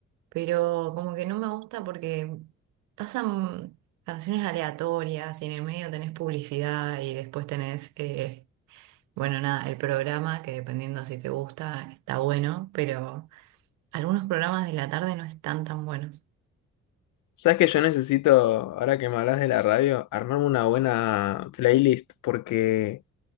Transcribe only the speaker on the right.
pero como que no me gusta porque pasan canciones aleatorias y en el medio tenés publicidad y después tenés, eh, bueno, nada, el programa que dependiendo si te gusta está bueno, pero algunos programas de la tarde no están tan buenos.